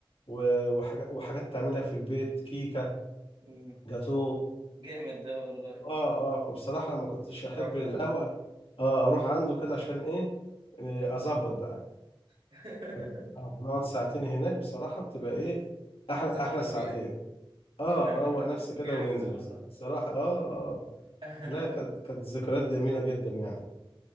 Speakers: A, on the left; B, on the right.
A: و... وحاجات وحاجات تعملها في البيت كيكه
B: مم.
A: جاتوه
B: جامد ده والله
A: اه اه فبصراحه انا ما كنتش احب
B: تحفة
A: القهوه
B: ده
A: اه اروح عنده كده عشان ايه آه، اظبط بقى
B: <laughs>
A: بت- آه، بنقعد ساعتين هناك بصراحه بتبقى
B: مم.
A: ايه احلى
B: تبقى ساعتين
A: احلى
B: ترويقة
A: ساعتين اه
B: <laughs>
A: اروق نفسي
B: جامد
A: كده وننزل
B: ده والله
A: بص- بصراحه اه اه
B: <laughs>
A: لا كانت كانت ذكريات جميله جدا يعني